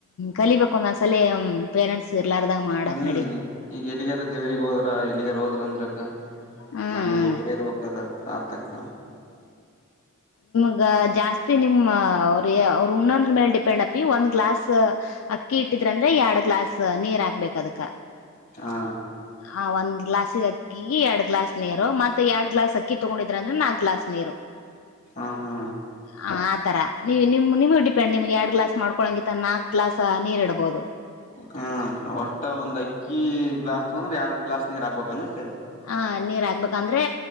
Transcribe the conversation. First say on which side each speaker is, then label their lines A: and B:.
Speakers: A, on the left; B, on the left.
A: ಕಲಿಬೇಕ್ ಕೋನ್ನೊಂದ್ ಸಲಿ ಪೇರೆಂಟ್ಸ್ ಇರ್ಲಾರ್ದಾಗ ಮಾಡಕ್
B: ಹ್ಮ್
A: ನಡಿ
B: ಈಗ ಎಲ್ಲಿಗಾರ ದೇವ್ರಿಗ್ ಹೋದ್ರ ಏಲ್ಲಿಗರ್ ಹೋದ್ರಂದ್ರೆ
A: ಹ್ಮ್
B: ಮನೆಯಾಗೊಬ್ಬರೇ ಇರ್ಬೇಕಾದ ಆತಕ್ಕ
A: ಈಗ ಜಾಸ್ತಿ ನಿಮ್ಮ ಅವ್ರೆ ಅವ್ರ ಉಣ್ಣಂದ್ರ ಮೇಲೆ ಡಿಪೆಂಡ್ ಅಪಿ ಒಂದ್ ಗ್ಲಾಸ್ ಅಕ್ಕಿ ಇಟ್ಟಿದ್ರ ಅಂದ್ರೆ ಎರಡ್ ಗ್ಲಾಸ್ ನೀರ್ ಹಾಕ್ಬೇಕ್ ಅದಕ್ಕ.
B: ಹಾ
A: ಆ ಒಂದ್ ಗ್ಲಾಸ್ ಅಕ್ಕಿ ಎರಡ್ ಗ್ಲಾಸ್ ನೀರು ಮತ್ತ್ ಎರಡ್ ಗ್ಲಾಸ್ ಅಕ್ಕಿ ತೊಗೊಂಡಿದ್ರ ಅಂದ್ರೆ ನಾಕ್ ಗ್ಲಾಸ್ ನೀರು.
B: ಹಾ ಹಾ
A: ಹ ಆ ತರ ನೀವು ನಿಮ ನಿಮ ಡಿಪೆಂಡ್ ನಿಮ್ಗೆ ಯಾವ್ ಗ್ಲಾಸ್ ಮಾಡ್ಕೊಳಂಗಿತ ನಾಕ್ ಗ್ಲಾಸ್ ನೀರ್ ಇಡ್ಬೋದು.
B: ಹ್ಮ ಒಟ್ಟ ಒಂದ್ ಅಕ್ಕಿ ಗ್ಲಾಸ್ ತಗೊಂದ್ರೆ ಎರಡ್ ಗ್ಲಾಸ್ ನೀರ್ ಹಾಕ್ಬೇಕನತ್ತೆ.
A: ಹಾ ನೀರ್ ಆಗ್ಬೇಕ್ ಅಂದ್ರೆ